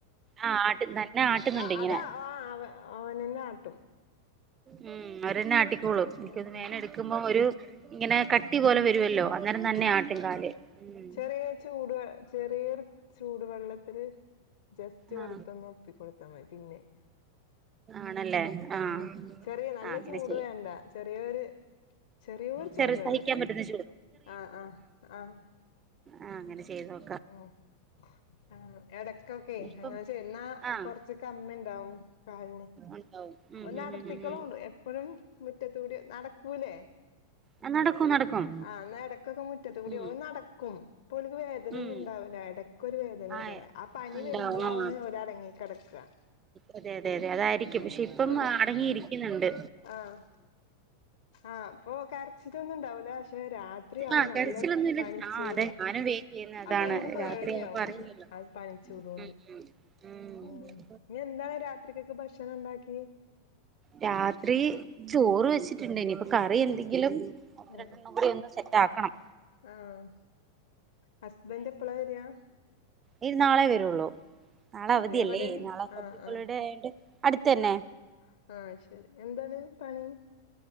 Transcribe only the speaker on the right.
ആഹ് ആട്ട് ആട്ടുന്നുണ്ട്
ഇങ്ങനെ
മ് അവരന്നെ ആട്ടിക്കോളും എനിക്കോന്നുന്നു
അതിനെ എടുക്കുമ്പൊ ഒര് ഇങ്ങനെ കട്ടി പോലെ വരുവല്ലോ വന്നേരം തന്നെ ആട്ടും കാല് ഉം
ആ
ആണല്ലേ ആ
ആ അങ്ങനെ
ചെയ്യാം
ചെറു
സഹിക്കാൻ പറ്റുന്ന
ആഹ് അങ്ങനെ ചെയ്തോ
ഇപ്പം
ആഹ്
ഉണ്ടാവും ഉം
ഉം ഉം ഉം ഉം
ആഹ് നടക്കും നടക്കും
ഉം
ഉം
ആഹ്
ഉണ്ടാവും
ആഹ്
അതെ അതെ അതെ അതായിരിക്കും
പക്ഷെ ഇപ്പം
അടങ്ങിയിരിക്ക്ന്ന്ണ്ട്
ആഹ്
കരച്ചിലൊന്നുല്ല
ആഹ് അതെ ഞാനും വെയിറ്റ് ചെയ്യുന്ന അതാണ്
രാത്രിയാവുമ്പോ അറിയില്ലല്ലോ
ഉം ഉം
രാത്രീ ചോറ് വെച്ചിട്ട്ണ്ട് ഇനിപ്പൊ കറി എന്തെങ്കിലും ഒന്ന്
രണ്ടെണ്ണം കൂടിയൊന്ന് സെറ്റാക്കണം
ഇനി നാളെ വെരുള്ളൂ നാളെ അവധിയല്ലേ
നാളപ്പൊ
ഹോളീഡേ
ആയോണ്ട് അടുത്തെന്നെ